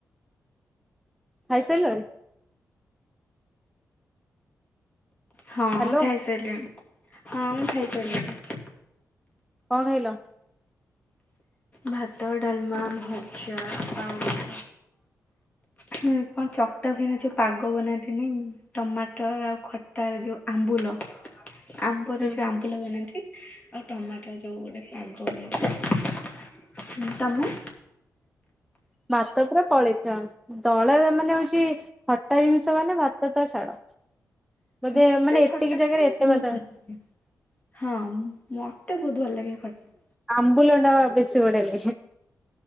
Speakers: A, in the centre; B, on the left.
A: ଖାଇ ସାରିଲଣି?
B: ହଁ
A: ହ୍ୟାଲୋ
B: ଖାଇ ସାରିଲିଣି। ହଁ ମୁଁ ଖାଇ ସାରିଲିଣି।
A: କଣ ଖାଇଲ?
B: ଭାତ ଡାଲମା ଭଜା ଆଉ ହୁଁ କଣ ଚକଟା ହୁଏନି ଯୋଉ ପାଗ ବନାନ୍ତିନି ଟମାଟର ଆଉ ଖ ଟାର ଯଉ ଆମ୍ବୁଲ। ଆମ୍ବରେ
A: ହୁଁ
B: ଯଉ ଆମ୍ବୁଲ ବନାନ୍ତି ଆଉ ଟମାଟ ଯଉ ଗୋଟେ ପାଗ ହୁଏ। ହୁଁ ତମେ?
A: ଭାତ ପୁରା ପଳେଇଥା ଦଳେ ମାନେ ହଉଛି ଖଟା ଜିନିଷ ମାନେ ଭାତ ତ ଛାଡ ବୋଧେ
B: ମତେ
A: ମାନେ
B: ଖଟା
A: ଏତିକି ଜାଗାରେ
B: ମାନେ
A: ଏତେ
B: ବହୁତ
A: ଭାତ
B: ଭଲ ଲାଗେ। ହଁ ମତେ ବହୁତ ଭଲ ଲାଗେ ଖଟ
A: ଆମ୍ବୁଲଟା ବେଶୀ ବଢ଼ିଆ ଲାଗେ।